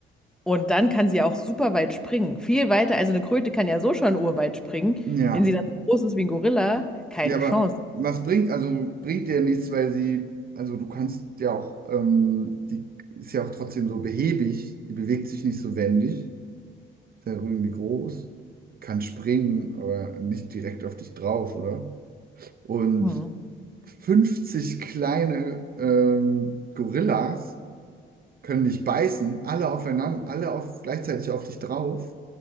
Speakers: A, in the centre; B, on the right (about 50°).
A: Und dann kann sie auch super weit springen. Viel weiter, also eine Kröte kann ja so schon urweit springen.
B: Ja.
A: Wenn sie dann so groß ist wie ein Gorilla, keine
B: Ja, aber
A: Chance.
B: was bringt, also bringt dir ja nichts, weil sie, also du kannst ja auch, ähm, die ist ja auch trotzdem so behäbig, die bewegt sich nicht so wendig, ist ja irgendwie groß, kann springen, aber nicht direkt auf dich drauf, oder? Und
A: Hm.
B: 50 kleine ähm, Gorillas können dich beißen, alle aufeinander, alle auf, gleichzeitig auf dich drauf.